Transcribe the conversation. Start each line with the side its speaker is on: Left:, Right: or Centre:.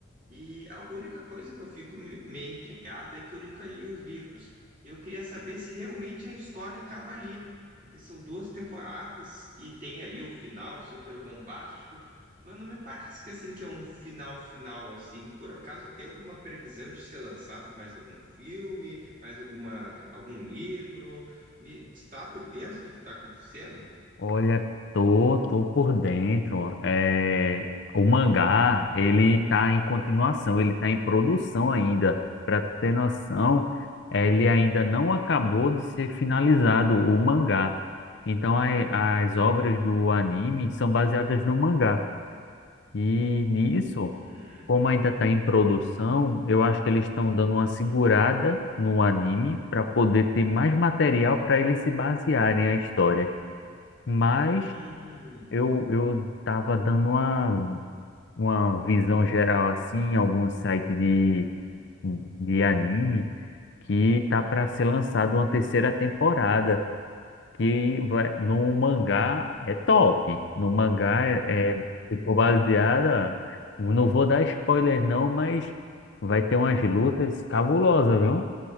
Right: E a única coisa que eu fico me- meio intrigado é que eu nunca li os livros. E eu queria saber se realmente a história acaba ali, porque são duas temporadas e tem ali o final super bombástico, mas não me parece que assim que é um final final assim. Por acaso tem alguma previsão de ser lançado mais algum filme, mais alguma algum livro? Me está por dentro do que está acontecendo?
Left: Olha, tô, tô por dentro. É, o mangá, ele tá em continuação, ele tá em produção ainda. Para tu ter noção, é, ele ainda não acabou de ser finalizado, o mangá. Então, a- as obras do anime são baseadas no mangá. E nisso,
Right: Hum,
Left: como ainda está em produção, eu acho que eles estão dando uma segurada no anime para poder ter mais material para eles se basearem a história. Mas
Right: hum.
Left: eu, eu tava dando uma, uma visão geral assim, em algum site de, de anime que tá para ser lançado uma terceira temporada, que vai, no mangá é top. No mangá é, é, se for baseada, não vou dar spoiler não, mas vai ter umas lutas cabulosas, viu?